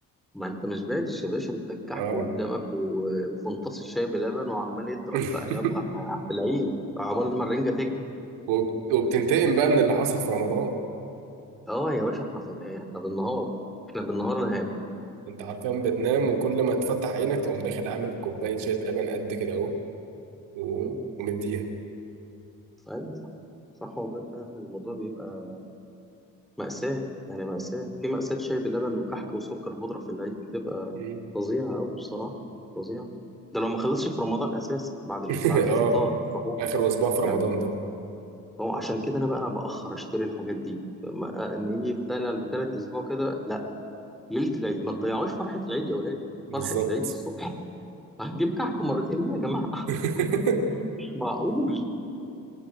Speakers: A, in the centre; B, on the right.
A: ما انت ما شبعتش يا باشا انت الكحك
B: اه
A: قدامك و... وفنطاس الشاي بلبن وعمال يضرب
B: <laughs>
A: بقى يلا احنا في العيد عقبال ما الرنجه تكبر
B: وبت- وبتنتقم بقى من اللي حصل في رمضان
A: اه يا باشا احنا ف... احنا بالنهار احنا بالنهار انا هاكل
B: انت عارفين بتنام وكل ما تفتح عينك تقوم داخل عامل كوبايه شاي بلبن قد كده اهو و-
A: مم.
B: ومديها
A: ايوه صح صح والله فعلا الموضوع بيبقى مأساة يعني مأساة في مأساة شاي بلبن وكحك وسكر بودرة في العيد بتبقى
B: إيه؟
A: فظيعة أوي بصراحة فظيعة ده لو ما خلصش في رمضان أساسا بعد الف...
B: <laughs>
A: بعد الفطار
B: اه
A: السحور
B: اخر اسبوع في رمضان
A: يعني
B: ده
A: هو عشان كده انا بقى انا باخر اشتري الحاجات دي فما- آه، ان يجي بتاع- بتالت اسبوع كده لا ليله العيد ما تضيعوش فرحه العيد يا ولاد
B: بالظبط
A: فرحه العيد الصبح هتجيب كحك مرتين ليه يا جماعه <laughs>
B: <laughs>
A: مش معقول